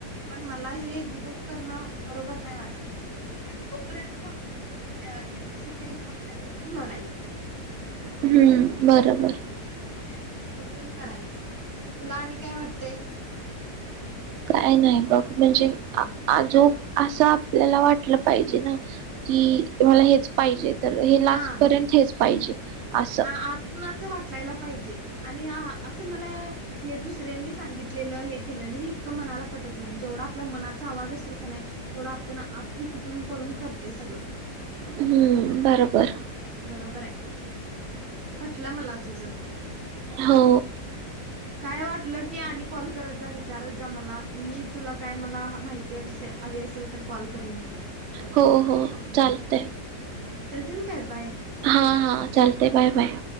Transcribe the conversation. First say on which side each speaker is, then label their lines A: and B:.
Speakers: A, on the right; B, on the right.
A: पण मला हे गिव अप करणं बरोबर नाही वाटत आता पर्यंत कॅपसिटी चांग लढाई
B: हम्म बरोबर
A: नाही तोपर्यंत करायच तुला आणि काय वाटते.
B: काय नाही बघ म्हणजे आजो असं आपल्याला वाटलं पाहिजे ना की मला हेच पाहिजेत. तर हे लास्ट
A: हा
B: पर्यंत हेच पाहिजे
A: बरोबर.
B: असं
A: आ- आतून वाटलायला पाहिजे आणि असं मला हे दुसऱ्यांनी सांगितलेलं हे केलेलं हे इतकं मनाला पटत नाही, जेवढा आपला मनाचा आवाज असेल का नाही तेवढं आपण आतून तुटून पडून करतोय सगळं
B: हम्म बरोबर
A: बरोबर आहे पटलं मला तुझं
B: हो
A: काय वाटलं की आण कॉल करत जा विचारत जा मला मीही तुला काय मला माहिती हवी असेल तर कॉल करीन
B: हो हो
A: हम्म.
B: चालतय
A: चल ठेवू काय, बाय ह
B: हा हा चालते बाय बाय